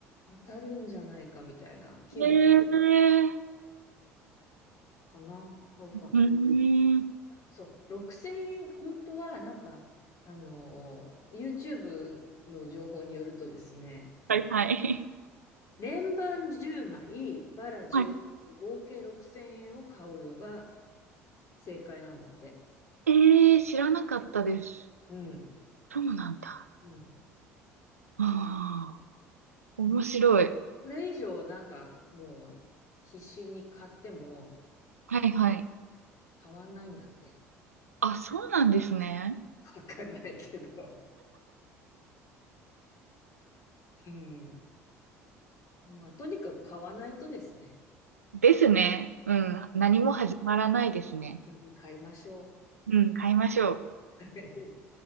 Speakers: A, on the left; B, on the right.
A: 当たるんじゃないかみたいな気分
B: えー、
A: かな、買うかな。
B: うーん。
A: あそう、6000円、本当はなんか、あのー YouTube の情報によるとですね、
B: はい、はい。
A: 連番10枚、バラ10枚、
B: はい。
A: 合計6000円を買うのが正解なんだって。
B: ええー、知らなかったです。
A: うん。
B: そうなんだ。
A: うん
B: ああ、面白い。
A: それ以上なんかもう必死に買っても
B: はい、はい。
A: 買わないんだって。
B: あ、そうなんですね。
A: わかんないけど。うん。まあとにかく買わないとですね。
B: ですね。うん。何も始まらないですね。
A: <laughs> 買いましょ
B: うん、買いましょう。
A: う。はい